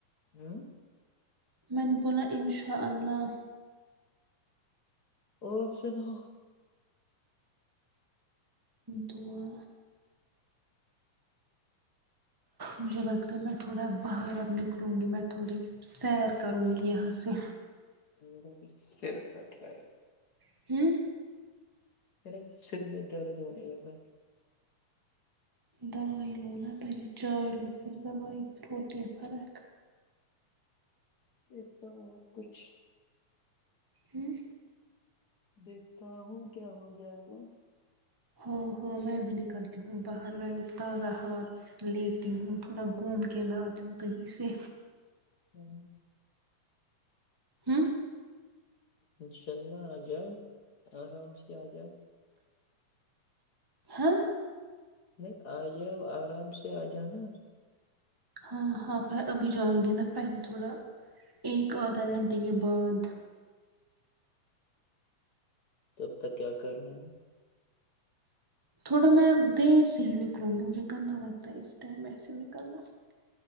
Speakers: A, on the left; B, on the right.
A: ہاں
B: میں نے بولا انشاء اللہ
A: اور سنا
B: دعا مجھے لگتا ہے میں تھوڑا باہر اب نکلوں گی میں تھوڑی سیر کروں گی یہاں سے
A: میرا سر پھٹ رہا ہے
B: <unintelligible> <inaudible>
A: ے سر میں دورد ہونے لگا
B: دووائی لو نا پہے چائے لو پھر دووائی پھر ہوتییا فرق
A: ایک تو اور کچھ
B: ہوں
A: دیکھتا ہوں کیا ہو جائے گا
B: ہاں ہاں میں بھی نکلتی ہوں باہر میں بھی تازہ ہوا لیتی ہوں تھوڑا گھوم کے میں آتی ہوں کہیں سے
A: تو
B: ہاں
A: انشاء اللہ آ جاؤ آرام سے آ جاؤ
B: ہاں
A: یہ آ جاؤ آرام سے آ جاؤ نا
B: ہاں ہاں پ ابھی جاؤں گی نا پہلے تھوڑا ایک آدھا گھنٹے کے بعد
A: تب تک کیا کرنا ہے
B: تھوڑا میں دیر سے ہی نکلوں گی مجھے گندا لگتا ہے اس ٹائم ایسے نکلنا